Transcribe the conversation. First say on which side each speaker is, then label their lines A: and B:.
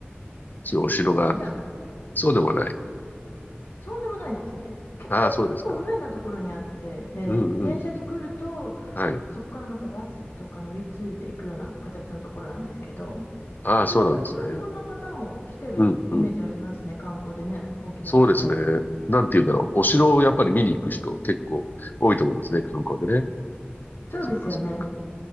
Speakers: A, on the left (about 45°); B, on the left (about 85°).
A: そういうお城が。
B: いや、
A: そうでもない。
B: そうでもないですね。
A: ああ、そうですか。
B: 構不便なところにあって、えー電車で来ると、
A: うんうん。はい。
B: そこからまたバスとか乗り継いでいくような形のところなんですけど、
A: ああ、そうなんですね。
B: でも割と日本の方も来てるイメージありますね、
A: うんうん。
B: 観光でね、大きなバスで。
A: そうですね。なんて言うんだろう。お城をやっぱり見に行く人結構多いと思うんですね、観光でね。
B: そうですよね。
A: そっかそっか。